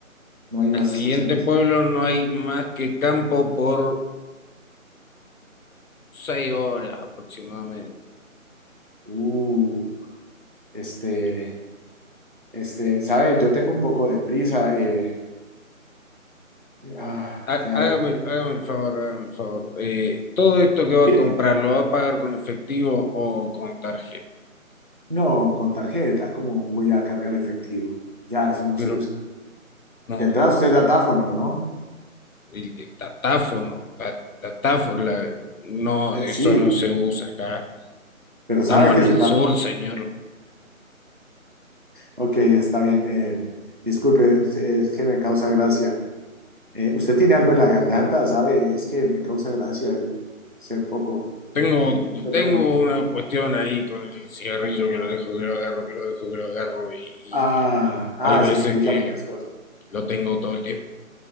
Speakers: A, on the right; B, on the left.
A: no hay
B: Al
A: más
B: siguiente
A: estaciones.
B: pueblo no hay más que campo por seis horas aproximadamente.
A: Uh, este, este, ¿sabe? Yo tengo un poco de prisa. eh, ah,
B: Há-
A: ¿qué hago?
B: Hágame, hágame el favor, hágame el favor. Eh, todo esto que va
A: Mire,
B: a comprar, ¿lo va a pagar con efectivo o con tarjeta?
A: no, con tarjeta, ¿cómo voy a cargar efectivo? Ya, eso no
B: Pero
A: se usa.
B: no,
A: Tendrá usted datáfono, ¿no?
B: el, el datáfono, la, datáfo- la- no,
A: Eh,
B: eso
A: sí,
B: no se usa acá.
A: pero
B: Estamos
A: sabe que
B: en
A: es
B: el
A: un datáfono.
B: sur, señor.
A: Ok, está bien. eh, disculpe, es es que me causa gracia. Eh, ¿usted tiene algo en la garganta, sabe? Es que me causa gracia, eh, sé un poco,
B: Tengo,
A: perdón.
B: tengo una cuestión ahí con el cigarrillo que lo dejo, que lo agarro, que lo dejo, que lo agarro y, y
A: Ah, ah,
B: hay veces
A: eso explica
B: que
A: muchas cosas.
B: lo tengo todo el tiempo.